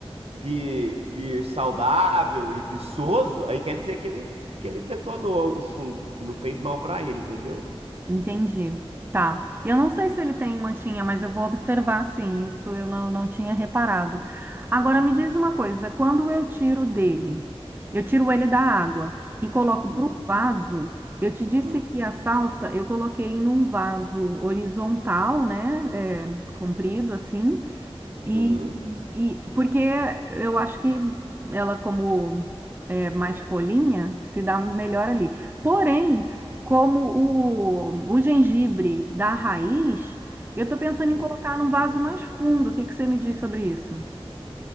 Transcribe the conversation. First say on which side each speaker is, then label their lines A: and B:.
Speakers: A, on the right; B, on the right.
A: vir, vir saudável e viçoso, aí quer dizer que ele, que ele detonou o fungo, que não fez mal pra ele, entendeu?
B: Entendi. Tá. Eu não sei se ele tem manchinha, mas eu vou observar sim. Isso eu não, não tinha reparado. Agora me diz uma coisa: quando eu tiro dele, eu tiro ele da água e coloco para
A: Uhum,
B: o vaso. Eu te disse
A: uhum,
B: que a salsa eu coloquei num vaso horizontal, né? é, comprido assim. E,
A: uhum,
B: e porque eu acho que ela, como é mais folhinha, se dá melhor ali. Porém, como o, o gengibre da raiz, eu tô pensando
A: uhum.
B: em colocar num vaso mais fundo. O que que você me diz sobre isso?